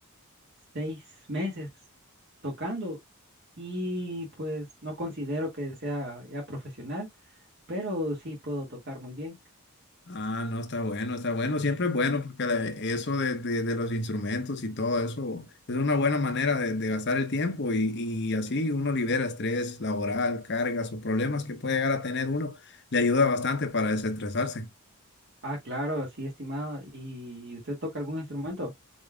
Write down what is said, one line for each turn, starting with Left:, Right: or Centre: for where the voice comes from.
Right: seis meses tocando y pues no considero que sea ya profesional, pero sí puedo tocar muy bien.
Left: Ah, no, está bueno, está bueno. Siempre es bueno porque la- eso de, de- de los instrumentos y todo eso es una buena manera de, de gastar el tiempo y, y así uno libera estrés laboral, cargas o problemas que puede llegar a tener uno. Le ayuda bastante para desestresarse.
Right: Ah, claro, sí, estimado. ¿Y usted toca algún instrumento?